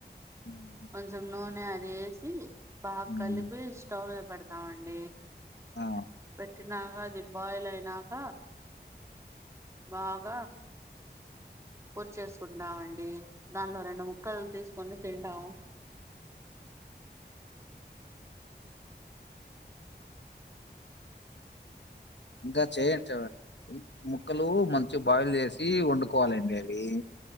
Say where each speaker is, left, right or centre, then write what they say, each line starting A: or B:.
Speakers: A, on the left (about 80°); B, on the right (about 15°).
A: హ్మ్.
B: కొంచం నూనె అది ఏసి బాగ
A: హ్మ్.
B: కలిపి స్టవ్ లో పెడతామండి
A: ఆ!
B: పెట్టి నాక అది బాయిల్ అయినాక బాగ పూరి చేేసుకుంటామండి దానిలో రెండు ముక్కలు తీసుకొని తింటాము
A: ఇంక చేయం చా ముక్కలు మంచిగ బాయిల్ చేసి వండుకోవాలండి అవి